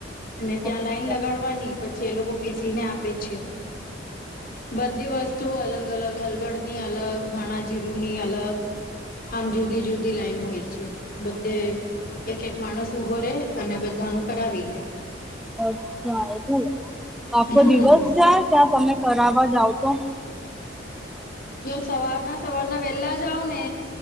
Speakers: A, on the left; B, in the centre.
A: અને
B: ઓકે
A: ત્યાં લાઈન
B: અચ્છા
A: લગાડવાની પછી એ લોકો પીસીને આપે છે. બધી વસ્તુઓ અલગ અલગ હલદડ ની અલગ ઘાણા જીરુની અલગ આમ જુદી જુદી લાઈન હોય છે બધે એક એક માણસ ઉભો રે અને બધા ન કરાવી લે.
B: અચ્છા એવું આખો
A: હમ
B: દિવસ જાય ત્યાં તમે કરવા જાવ તો.
A: જો સવારના સવારના વેલા જાઓ ને